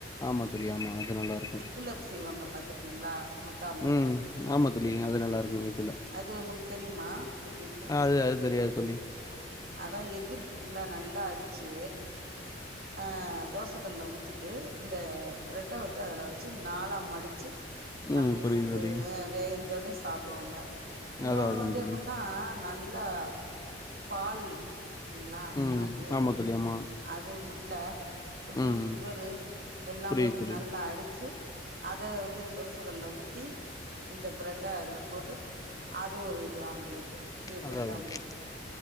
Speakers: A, on the left; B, on the right.
A: ஆமா தோழி ஆமா அது நல்லாருக்கும்
B: <unintelligible> செய்வாங்க பாத்துருக்கீங்களா முட்ட ஆம்லேட்
A: ம் ஆமா தோழி அது நல்லாருக்கும் வைத்துல
B: அது ஒங்களுக்கு தெரியுமா எப்டின்ட்டு
A: அது அது தெரியாது தோழி
B: அதான் எக்கு இருக்கு பாத்தீங்களா நல்லா அடிச்சு ஆ தோசகல்ல ஊத்திட்டு இந்த பிரெட்ட வந்து அதுல வெச்சு நாலா மடிச்சு
A: ம்
B: அப்டியேஸ்
A: புரியுது தோழி
B: ஆ வெந்தோனே சாப்டுவாங்க இன்னொன்னு
A: அதா அதா
B: வந்து
A: தோழி
B: எப்ன்னா நல்லா பால் பாத்தீங்களா
A: ம்
B: அதுல
A: ஆமா தோழி ஆமா
B: அது முட்ட கொஞ்சொண்டு
A: ம்
B: சுகரு எல்லாம்
A: புரியுது
B: போட்டு
A: தோழி
B: நல்லா அடிச்சு அத வந்து தோசகல்ல ஊத்தி இந்த பிரெட்ட அதுல போட்டு அது ஒரு இது ஆம்லேட்
A: அதா
B: பிரெட்
A: அதா
B: ஆம்லேட்
A: தோழி